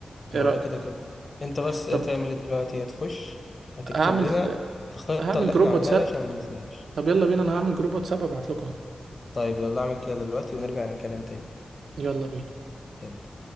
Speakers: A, on the left; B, on the right.
A: هو
B: ايه رأيك
A: ده كده كده انت بس
B: طب
A: هتعمل ايه دلوقتي هتخش هتكتب
B: هعمل
A: لنا الخطة
B: هعمل
A: اللي
B: جروب
A: احنا عملناها
B: واتساب
A: دي عشان ما ننساهاش
B: طب يلا بينا انا هعمل جروب واتساب ابعت لكم اهو
A: طيب يلا اعمل كده دلوقتي ونرجع نتكلم تاني
B: يلا بينا
A: يلا